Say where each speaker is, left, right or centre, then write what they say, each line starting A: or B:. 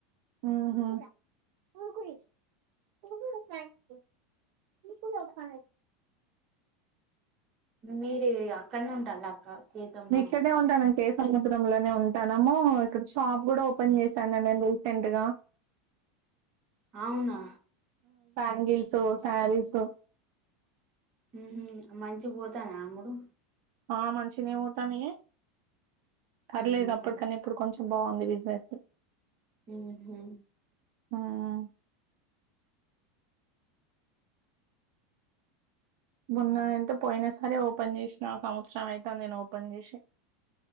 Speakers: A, on the right; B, on the right.
A: మ్మహు తకు తగు మీకు ఒఖనే
B: మీరు అక్కడనే ఉంటాల అక్క కేతంలా
A: నే ఇక్కడినే ఉంటానే ే సముద్ర లోనే ఉంటానము ఇక్కడ షాప్ కూడా ఓపెన్ చేశాను నేను రీసెంట్ గా
B: అవునా
A: ంగల్ సో సారీ సో
B: మ్మహు మంచిగ పోతానే అమ్ముడు
A: ఆ మంచినే పోతన్నాయే పర్లేదు
B: ఉహు
A: అప్పటికన్న ఇప్పుడు కొంచెం బాగుంది బిజినెస్
B: మ్మహు
A: మ్మహ్ మొన్న అంట పోయిన సరే ఓపెన్ చేసిన సంవత్సరం అయితే నేను ఓపెన్ చేసి